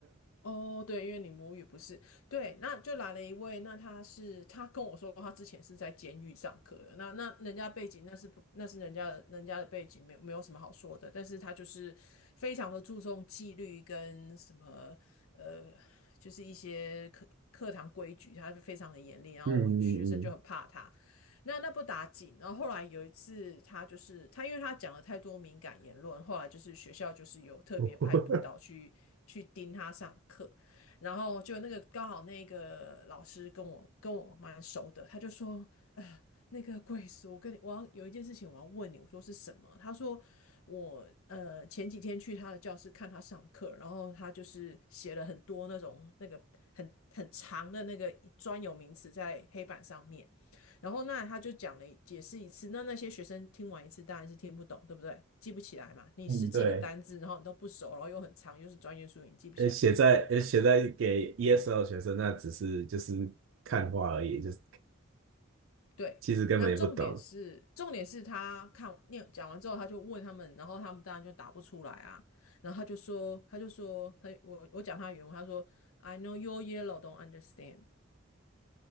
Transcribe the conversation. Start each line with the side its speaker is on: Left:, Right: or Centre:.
Left: 哦，对，因为你母语不是，对，那就来了一位，那他是他跟我说他之前是在监狱上课的，那那人家背景那是不那是人家的人家的背景没有没有什么好说的，但是他就是非常的注重纪律跟什么呃，就是一些课课堂规矩，他是非常的严厉，然后我学生就很怕他，
Right: <laughs> 嗯嗯
Left: 那那不打紧，然后后来有一次，他就是他，因为他讲了太多敏感言论，后来就是学校就是有特别派督导去去盯他上课，
Right: 嗯。<laughs>
Left: 然后就那个刚好那个老师跟我跟我蛮熟的，他就说，呃，那个贵叔，我跟你我要有一件事情我要问你，我说是什么？他说我呃前几天去他的教室看他上课，然后他就是写了很多那种那个很很长的那个专有名词在黑板上面。然后那他就讲了解释一次，那那些学生听完一次当然是听不懂，对不对？记不起来嘛，你十几个单字，
Right: 嗯，对，
Left: 然后你都不熟，然后又很长，又是专业术语，你记不起来。
Right: 呃，写在呃写在给 ESL 学生，那只是就是看画而已，就是
Left: 对，
Right: 其实根本也不懂，
Left: 那重点是重点是他看念讲完之后，他就问他们，然后他们当然就答不出来啊。然后他就说，他就说，他我我讲他的原文，他说 I know your yellow don't understand。